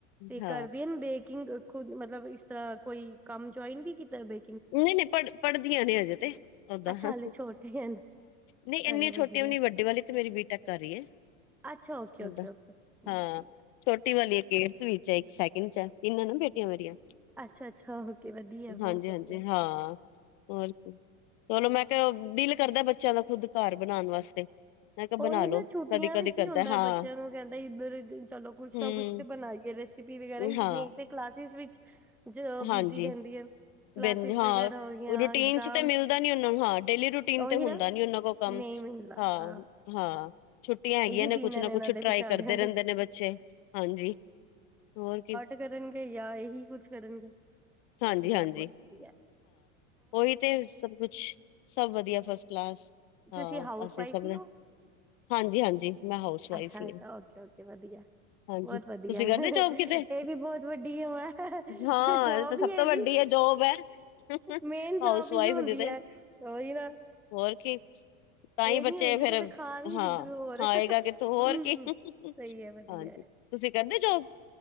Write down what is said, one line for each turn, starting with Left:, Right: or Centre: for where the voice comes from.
Centre: ਤੇ
Left: ਹਾਂ
Centre: ਕਰਦੇ ਹਨ ਬੇਕਿੰਗ ਖੁਦ ਮਤਲਬ ਇਸ ਤਰ੍ਹਾਂ ਕੋਈ ਕੰਮ ਜੁਆਇਨ ਵੀ ਕੀਤਾ ਬੇ
Left: ਨਹੀਂ ਨਹੀਂ ਪੜ੍ਹ ਪੜ੍ਹਦੀਆਂ ਨੇ ਹਜੇ ਤੇ ਓਦਾਂ
Centre: ਅੱਛਾ
Left: ਹਾਂ
Centre: ਹਾਲੇ ਛੋਟੇ ਹਨ
Left: ਨਹੀਂ
Centre: ਚੱਲ
Left: ਇੰਨੀਆਂ ਛੋਟੀਆਂ
Centre: ਵਧੀਆ
Left: ਵੀ ਨਈ ਵੱਡੀ ਵਾਲੀ ਤੇ ਮੇਰੀ ਬੀ ਟੇਕ ਕਰ ਰਹੀ ਹੈ
Centre: ਅੱਛਾ ਓਕੇ ਓਕੇ
Left: ੳਦਾਂ
Centre: ਓਕੇ ਵਧੀਆ
Left: ਹਾਂ ਛੋਟੀ ਵਾਲੀ ਏਰਥ
Centre: ਵਧੀਆ।
Left: ਵਿਚ ਏ ਇੱਕ ਸੈਕਿੰਡ ਚ ਏ ਤਿੰਨ ਏ ਨਾ ਬੇਟੀਆਂ ਮੇਰੀਆਂ।
Centre: ਅੱਛਾ ਅੱਛਾ ਹੋ ਵਧੀਆ ਬਹੁਤ
Left: ਹਾਂਜੀ
Centre: ਵਧੀਆ।
Left: ਹਾਂਜੀ ਹਾਂ ਹੋਰ? ਚਲੋ ਮੈਂ ਕਿਹਾ ਦਿਲ ਕਰਦਾ ਬੱਚਿਆਂ ਦਾ ਖੁਦ ਘਰ ਬਨਾਣ ਵਾਸਤੇ। ਮੈਂ ਕਿਹਾ
Centre: ਉਹੀ
Left: ਬਣਾ ਲੋ
Centre: ਨਾ ਛੁੱਟੀਆਂ
Left: ਕਦੀ ਕਦੀ
Centre: ਵਿੱਚ
Left: ਕਰਦਾ
Centre: ਹੀ ਹੁੰਦਾ
Left: ਹਾਂ
Centre: ਬੱਚਿਆਂ ਨੂੰ ਕਹਿੰਦਾ ਇੱਧਰ ਚਲੋ ਕੁੱਛ
Left: ਹਮ
Centre: ਨਾ ਕੁਛ ਬਣਾਈਏ ਰੈਸਪੀ ਵਗੈਰਾ ਨਹੀਂ
Left: ਹਾਂ
Centre: ਤੇ ਕਲਾਸਿਸ ਵਿਚ
Left: ਹਾਂਜੀ
Centre: ਬਿਜ਼ੀ ਰਹਿੰਦੀ ਆ। ਕਲਾਸਿਸ
Left: ਬਿੰਜ ਹਾਂ
Centre: ਵਗੈਰਾ ਹੋ ਗਈਆਂ
Left: ਰੂਟੀਨ
Centre: ਇਗਜਾਮ।
Left: ਚ ਤੇ ਮਿਲਦਾ ਨੀ ਉਹਨਾਂ ਨੂੰ ਹਾਂ ਡੇਲੀ ਰੂਟੀਨ ਤੇ
Centre: ਉਹੀ ਨਾ
Left: ਹੁੰਦਾ ਨੀ ਉਹਨਾਂ ਕੋਲ ਕੰਮ
Centre: ਨਹੀਂ ਮਿਲਦਾ
Left: ਹਾਂ
Centre: ਅਹ।
Left: ਹਾਂ ਛੁੱਟੀਆਂ ਹੈਗੀਆਂ
Centre: ਇਹੀ ਦਿਨ
Left: ਕੁਛ ਨਾ
Centre: ਨੇ
Left: ਕੁਛ
Centre: ਇਹਨਾਂ ਦੇ
Left: ਟਰਾਈ
Centre: ਵਿਚਾਰਿਆਂ
Left: ਕਰਦੇ ਰਹਿੰਦੇ
Centre: ਦੇ
Left: ਨੇ ਬੱਚੇ ਹਾਂਜੀ ਹੋਰ ਕੀ
Centre: ਕਰਨਗੇ ਯਾ ਇਹੀ ਕੁਝ ਕਰਨ
Left: ਹਾਂਜੀ
Centre: ਵੱਡੇ ਕਿਸਾ।
Left: ਹਾਂਜੀ ਉਹੀ ਤੇ ਕੁਛ ਸਭ ਵਧੀਆ ਫਸਟ ਕਲਾਸ। ਹਾਂਜੀ
Centre: ਤੁਸੀਂ ਹਾਊਸ
Left: ਹਾਂਜੀ
Centre: ਵਾਈਫ
Left: ਸਵੇਰੇ
Centre: ਹੀ ਹੋ
Left: ਦਵਾਂਗੇ <unintelligible> ਮੈਂ ਹਾਊਸ ਵਾਈਫ
Centre: ਅੱਛਾ
Left: ਹੀ।
Centre: ਅੱਛਾ ਓਕੇ ਓਕੇ ਵਧੀਆ
Left: ਹਾਂਜੀ
Centre: ਬਹੁਤ
Left: ਤੁਸੀਂ
Centre: ਵਧੀਆ
Left: ਕਰਦੇ ਜੋਬ ਕਿਤੇ?
Centre: ਇਹ ਵੀ ਬਹੁਤ ਵੱਡੀ ਹੈ
Left: ਹਾਂ
Centre: ਜੋਬ
Left: ਤੇ ਸਭ
Centre: ਹੀ
Left: ਤੋਂ
Centre: ਇਹ
Left: ਵੱਡੀ
Centre: ਵੀ
Left: ਹ ਜੋਬ ਹ
Centre: ਮੇਨ
Left: ਹਾਊਸ
Centre: ਜੋਬ ਹੀ
Left: ਵਾਈਫ
Centre: ਹੁੰਦੀ
Left: ਦੇ।
Centre: ਹੈ ਉਹੀ ਨਾ
Left: ਹੋਰ ਕੀ। ਤਾਂ ਹੀ
Centre: ਇਹ
Left: ਬੱਚੇ
Centre: ਨੀ ਹੋਏਗੀ
Left: ਫਿਰ
Centre: ਤੇ ਖਾਣਗੇ
Left: ਹਾਂ
Centre: ਕਿੱਧਰੋਂ ਹੋਰ
Left: ਆਏਗਾ
Centre: ਹਮ
Left: ਕਿੱਥੋਂ ਹੋਰ। ਤੁਸੀਂ
Centre: ਸਹੀ ਹੈ ਵਧੀਆ ਹੈ
Left: ਕਹਿੰਦੇ ਜੋਬ?